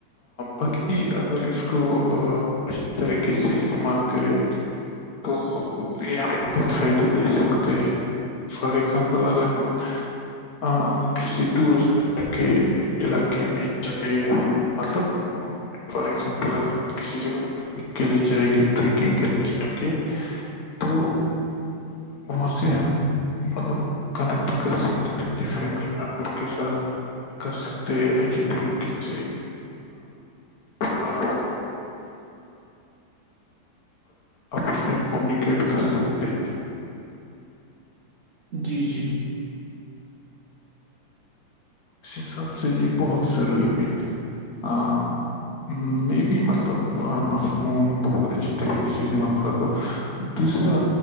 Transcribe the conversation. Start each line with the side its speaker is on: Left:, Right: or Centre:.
Left: باقی اگر اس کو اچھی طریقے سے استعمال کرے تو یہ ہمیں بہت فائدے دے سکتے ہیں فار اگزامپل اگر ہم آہ کسی <unintelligible> دو رست کے علاقے کے میں جاہے مطلب فار ایگزامپل اگر ہم کسی جگہ کے لیے جائیں گے ٹریکنگ کے لیے کہ تو وہاں سے ہم مطلب کنیکٹ کر سکتے اپنے فیملی ممبر کے ساتھ کر سکتے ہیں اچھی طریقے سے پوراب وپس <unintelligible> کمونیکیٹ کر سکتے ہیں
Right: جی جی <unintelligible>
Left: اس حساب سے یہ بہت ضروری ہے ہ می بھی مطلب فون بہت اچھی طریقے سے استعمال کر دو دوسرا